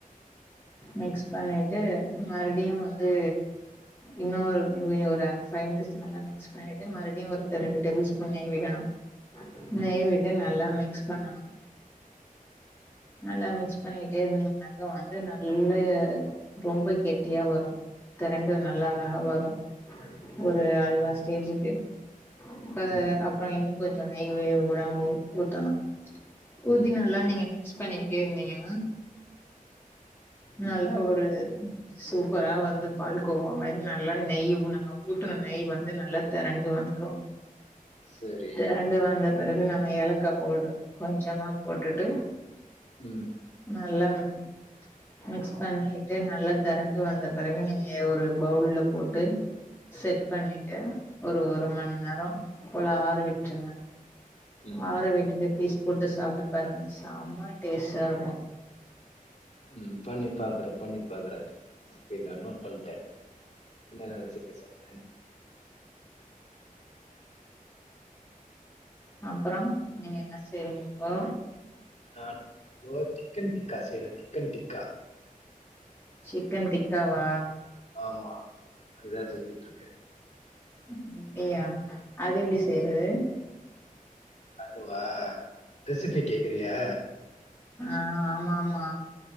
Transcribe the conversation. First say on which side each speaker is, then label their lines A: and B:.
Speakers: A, on the left; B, on the left.
A: ம்.
B: மிக்ஸ் பண்ணிட் ட்டு மறுப்டியு வந்து இன்னொரு <unintelligible> ஃபை மினிட்ஸ் நல்லா மிக் க்ஸ் பண்ணிட்டு மறுபுடியு ஒரு டே ரெண்டு டேபிள் ஸ்பூன் நெய் விடணும்
A: ம்.
B: நெய் விடு நல் ல்லா மிக்ஸ் பண்ணணும் நல்லா மிக்ஸ் பண்ணிட்டே இருந்தீங்னாக்கா வந்து நல்ல ரொம்ப கெட்டியா வரூ திரண்டு நல்லா அழகா வரூ ஒரு அல்வா ஸ் ஸ்டேஜுக்கு ப்ப
A: ம்.
B: அப்புறோ என் கொஞ்சோ நெய் <unintelligible> ஊத்தணும்
A: ம்.
B: ஊதி நல்லா நீங்க மி மிஸ் பண்ணிக்கிட்டே இருந்தீங்கனா
A: ம்.
B: நல்லா ஒரு சூப்பரா வந்து பால் கோவா மாரி நல்லா நெய்யு நம்ம ஊத்துன நெய் வந் து நல்லா தெரண்டு வந்துரு
A: சரி.
B: தெரண்டு வந்த பெறகு நம்ம ஏலக்கா பௌட்ரு கொஞ்சமா போட்டுட்டு
A: உம்
B: நல்லா ம் மிக்ஸ் பண்ணிட்டு நல்லா தெறண்டு வந்த பெறகு நீங்க எ ஒரு பவுல்ல போட்டு செட் பண்ணி ஒரு ஒரு மண் நேர போல ஆரவிட்ருங்க
A: ம்.
B: ஆரவிட்டுட்டு பீஸ் போட்டு சாப்ட்டு பாருங்க செம்ம டேஸ்ட்டா இருக்கு
A: உம் பண்ணி பாக்குறே பண்ணி பாக்குறே ஸ் இதுல நோட் பண்ட்டே <unintelligible> சாப்ட்டே
B: அப்றம் நீங்க என்ன செய்றீங்க இப்போ
A: நான் இப்போ சிக்கன் டிக்கா செய்றே சிக்கன் டிக்கா
B: சிக்கன் டிக்காவா
A: ஆமா அதுதா செஞ்சுட்ருக்கே
B: உம் ய்யா அது எப்டி செய்றது
A: அதுவா ரெசிபி கேக்குறியா
B: ஆஹ் ஆமா ஆமா